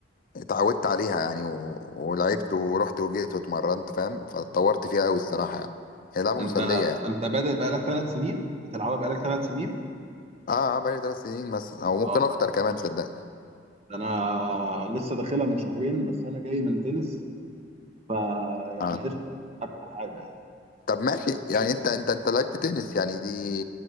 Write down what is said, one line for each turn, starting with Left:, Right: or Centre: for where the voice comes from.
Left: اتعودت عليها يعني و... ولعبت ورحت وجيت واتمرنت فاهم فاتطورت فيها قوي الصراحه يعني هي لعبه
Right: انت
Left: مسليه يعني
Right: انت بادئ بقالك ثلاث سنين بتلعبها بقالك ثلاث سنين
Left: اه اه بقى لي ثلاث سنين مثلا او ممكن
Right: واو
Left: اكتر كمان صدقني
Right: ده انا لسه داخلها من شهرين بس انا جاي من تنس فيعني
Left: آه.
Right: قشطه ابقى حاجه يعني
Left: طب ماشي يعني انت انت انت لعبت تنس يعني دي